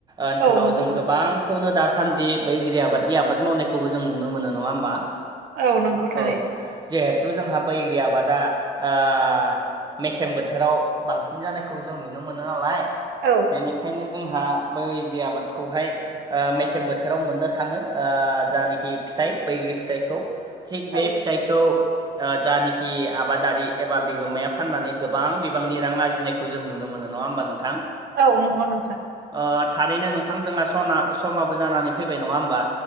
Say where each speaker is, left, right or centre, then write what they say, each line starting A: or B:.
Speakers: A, on the right; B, on the right.
A: ओनसोलाव
B: औ नंगौ
A: जों
B: नोंथां
A: गोबां खौनो दासान्दि बैग्रि आबादनि आबाद मावनायखौबो जों नुनो मोनो, नङा होमबा?
B: औ नंगौ थारैनो
A: औ जिहेथु जोंहा बैग्रि आबादा ओ मेसें बोथोराव बांसिन जानायखौ जों नुनो मोनो नालाय
B: औ
A: बेनिखायनो जोंहा बैग्रि आबादखौहाय ओ मेसें बोथोराव मोननो थाङो ओ जानाखि फिथाइ बैग्रि फिथाइखौ। थिग
B: औ
A: बे फिथाइखौ ओ जानेखि आबादारि एबा बिगोमाया फाननानै गोबां बिबांनि रां आरजिनाय खौ जों नुनो मोनो, नङाहोमबा नोंथां?
B: औ नंगौ नोंथां।
A: ओ थारैनो नोंथां जोंहा सना समाबो जानानै फैबाय नङा होमबा?